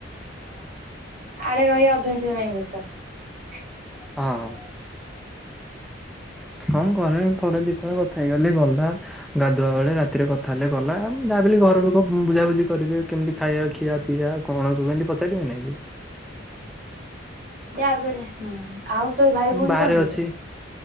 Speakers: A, on the right; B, in the centre.
A: ଓହୋ ଆଡ଼େ ରହିବା ଅଭ୍ୟାସ ହେଇଗଲାଣି ବୋଧେ ତୋର।
B: ହଁ ହଁ। ହଁ ଘରେ ଥରେ ଦିଇଥରେ କଥା ହେଇଗଲେ ଗଲା ଗାଧୁଆ ବେଳେ ରାତିରେ କଥା ହେଲେ ଗଲା। ତା ବିଲ ଘର ଲୋକ ବୁଝାାବୁଝି କରିବେ କେମିତି ଖାଇବା ଖିଆ ପିଆ କଣ ସବୁ ଏମିତି ପଚାରିବେ ନାଇଁ କି? ହ
A: ଯାହାବି ହେଲେ ଆଉ ତୋର ଭାଇ ଭଉଣୀ
B: ବାହାରେ
A: କଣ
B: ଅଛି।
A: କି?